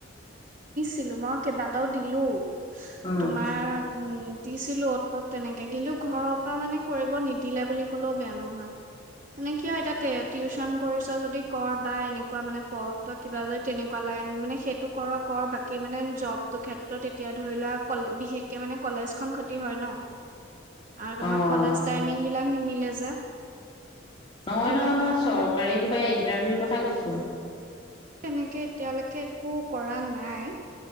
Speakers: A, on the right; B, on the left.
A: ছিলো মই কেইবাটাও দিলো।
B: উম,
A: তোমাৰ উম। দিছিলো অ'ত তত তেনেকে কিন্তু ঘৰৰ পৰা মানে কৰিব নিদিলে বুলি ক'লেও বেয়া নহয়। মানে কিয় এতিয়াতে টিউচন কৰিছ যদি যদি কৰ বা এনেকুৱা মানে পঢ় কিবা যদি তেনেকুৱা লাইন মানে সেইটো কৰ কৰ বাকি মানে জবটো ক্ষেত্ৰত এতিয়া ধৰি লোৱা বিশেষকে মানে কলেজ খন ক্ষতি হয় ন' আৰু তোমাৰ
B: অ',
A: কলেজ টাইমিং বিলাক নিমিলে যে
B: নহয়
A: সেইটো
B: নহয়
A: কাৰণে
B: মই চৰকাৰী কিবা ইন্ টাৰভিওৰ কথা কৈছো।
A: তেনেকে এতিয়ালৈকে একো কৰা নাই